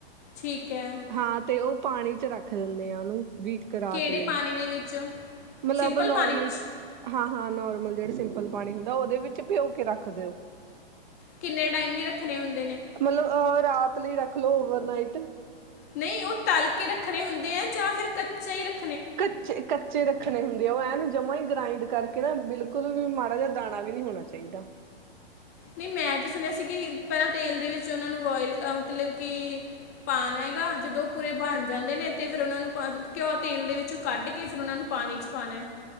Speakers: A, on the left; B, on the right.
A: ਠੀਕ ਹੈ
B: ਹਾਂ ਤੇ ਉਹ ਪਾਣੀ ਚ ਰੱਖ ਦਿੰਨੇ ਆ। ਉਹਨਾਂ ਨੂੰ ਵੀ ਇੱਕ ਰਾਤ
A: ਕਿਹੜੇ
B: ਲਈ-
A: ਪਾਣੀ ਦੇ ਵਿੱਚ
B: ਮਤਲਬ
A: ਸਿੰਪਲ
B: ਨੋਰਮਲ
A: ਪਾਣੀ 'ਚ
B: ਹਾਂ ਹਾਂ ਨੋਰ- ਮਲ ਜਿਹੜਾ ਸਿੰਪਲ ਪਾਣੀ ਹੁੰਦਾ ਉਹਦੇ ਵਿੱਚ ਪਿਓ ਕੇ ਰੱਖ ਦਿਓ।
A: ਕਿੰਨੇ ਟਾਈਮ ਲਈ ਰੱਖਣੇ ਹੁੰਦ-
B: ਮਤਲਬ ਅਹ ਰਾਤ ਲਈ ਰੱਖਲੋ ਓਵਰਨਾਈਟ।
A: ਨਹੀਂ, ਉਹ ਤਲ ਕੇ ਰੱਖਣੇ ਹੁੰਦੇ ਐ ਜਾਂ ਫਿਰ ਕੱਚੇ ਹੀ ਰੱਖ
B: ਕੱਚੇ-ਕੱਚੇ ਰੱਖਣੇ ਹੁੰ ਦੇ ਓ ਐਂਨ ਜਮਾ ਹੀ ਗ੍ਰਇੰਡ ਕਰਕੇ ਨਾ ਬਿਲਕੁਲ ਵੀ ਮਾੜਾ ਜਿਹਾ ਦਾਣਾ ਵੀ ਨੀ ਹੋਣਾ ਚਾਹੀਦਾ।
A: ਨਹੀਂ, ਮੈਂ ਤਾਂ ਸੁਣਿਆ ਸੀ ਕਿ ਪਹਿਲਾਂ ਤੇਲ ਦੇ ਵਿੱਚ ਉਹਨਾਂ ਨੂੰ ਬੋਇਲ ਮਤਲਬ ਕਿ ਪਾਣਾ ਹੈਗਾ ਜਦੋਂ ਪੂਰੇ ਬਣ ਜਾਂਦੇ ਨੇ ਅਤੇ ਫਿਰ ਉਹਨਾਂ ਨੂੰ ਪਾਦੋ ਘਿਉ ਉਹ ਤੇਲ ਦੇ ਵਿੱਚੋਂ ਕੱਢ ਕੇ ਫਿਰ ਉਹਨਾਂ ਨੂੰ ਪਾਣੀ 'ਚ ਪਾਣਾ।